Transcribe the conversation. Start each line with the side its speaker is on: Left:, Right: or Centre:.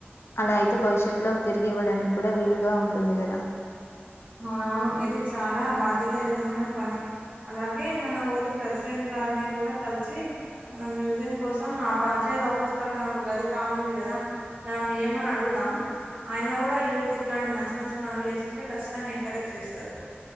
Left: అలా అయితే భవిష్యత్తులో తిరిగి ఇవ్వడానికి కూడా వీలుగా ఉంటుంది కదా
Right: అవునవును ఇది చాలా బాధ్యతాయుతమైన పని అలాగే మన ఊరి ప్రెసిడెంట్ గారిని కూడా కలిసి మన మ్యూజియం కోసం ఆ పంచాయత్ ఆఫీస్ పక్కన ఒక గది కాలి ఉంది కదా దాన్ని ఇయ్యమని అడుగుదాం అయిన కూడా యూత్ ఇట్లాంటి మంచి మంచి పనులు చేస్తుంటే ఖచ్చిత జంగా ఎంకరేజ్ చేస్తారు.